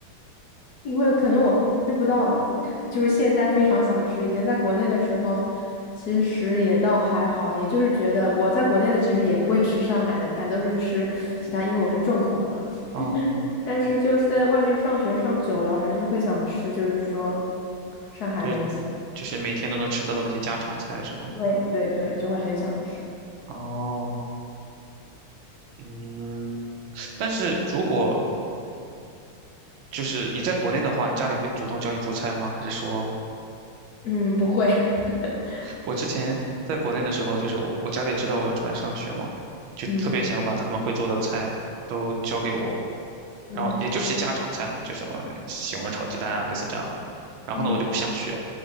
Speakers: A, on the left; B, on the right.
A: 因为可能我是吃不到，<laughs> 就是现在非常想吃。以前在国内的时候，其实也倒还好，也就是觉得我在国内的其实也不会吃上海的菜，都是吃其他，因为我是重口嘛。
B: 啊 <laughs>，
A: 但是就是在外面上学上久了，还是会想吃，就是说上海的一些，
B: 就是就是每天都能吃到的那些家常菜是吗？
A: 对对对，就会很想吃。
B: 哦，嗯，但是如果就是你在国内的话，家里会主动教你做菜吗？还是说？
A: 嗯，不会，<laughs>
B: 我之前在国内的时候，就是我我家里知道我要出来上学嘛，就特别想把他们会做的菜都教给我，
A: 嗯
B: 然后也就是些家常菜嘛，
A: 嗯
B: 就什么西红柿炒鸡蛋啊，类似这样的。然后呢，
A: 嗯
B: 我就不想学，